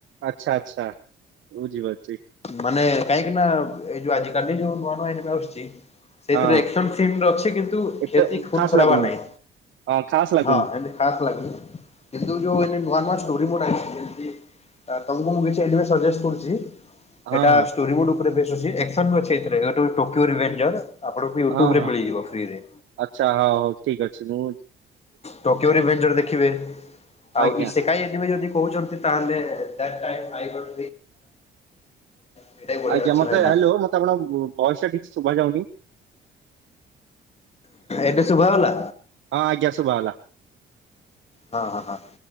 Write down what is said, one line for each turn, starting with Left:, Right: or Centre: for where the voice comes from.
Right: ଆଚ୍ଛା ଆଚ୍ଛା ବୁଝି ପାରୁଛି।
Left: ମାନେ କାହିଁକି ନା ଏଇ ଯୋଉ ଆଜିି କାଲି ଯୋଉ ନୂଆ ନୂଆ <unintelligible> ବାହାରୁଚି ସେଇଥିରେ
Right: ହଁ
Left: ଏକ୍ସନ୍‌ ସିନ୍ ଅଛି କିନ୍ତୁ କ୍ଷତି
Right: ଏତେ
Left: ଖୁନ
Right: ଖାସ୍
Left: ଖରାବା
Right: ଲାଗୁନି
Left: ନାହିଁ।
Right: ହଁ ଖାସ୍ ଲାଗୁନି
Left: ହଁ ଏମ୍ତି ଖାସ୍‌ ଲାଗୁନି କିନ୍ତୁ ଯୋ ଏଇନେ ନୂଆ ନୂଆ ଷ୍ଟୋରି ଗୋଟେ ଆଇଛି। ଆ ତମକୁ ମୁଁ କିଛି ଏଠିପାଇଁ ସଜେଷ୍ଟ କରୁଛି।
Right: ହଁ
Left: ଏଟା
Right: ହଁ
Left: ଷ୍ଟୋରି ବୁଡ୍ ଉପରେ ବେଶ ଅଛି। ଏକ୍ସନ ଅଛି ଏଥିରେ ଟୋକିଓ ରିଭେଞ୍ଜର୍ ଆପଣଙ୍କୁ ୟୁଟ୍ୟୁବ
Right: ହଁ
Left: ରେ
Right: ହଁ
Left: ମିଳିଯିବ ଫ୍ରିରେ।
Right: ଆଚ୍ଛା ହଉ ହଉ ଠିକ ଅଛି ମୁୁ-
Left: ଟୋକିଓ ରିଭେଞ୍ଜର ଦେଖିବେ। ଆଉ
Right: ଆଜ୍ଞା
Left: ଇସ କା <unintelligible> ଯଦି କହୁଛନ୍ତି। ତାହେଲେ ଦାଟ୍ ଟାଇପ୍ ଆଇ ଗଟ୍ <unintelligible>
Right: ଆଜ୍ଞା
Left: ଅଛି
Right: ମତେ
Left: ଭାଇନା
Right: ହ୍ୟାଲୋ ମତେ ଆପଣଙ୍କ ଭଏସ୍‌ଟା କିଛି ଶୁଭା ଯାଉନି।
Left: ଏବେ ଶୁଭା ଗଲା।
Right: ହଁ ଆଜ୍ଞା ଶୁବା ଗଲା।
Left: ହଁ। ହଁ।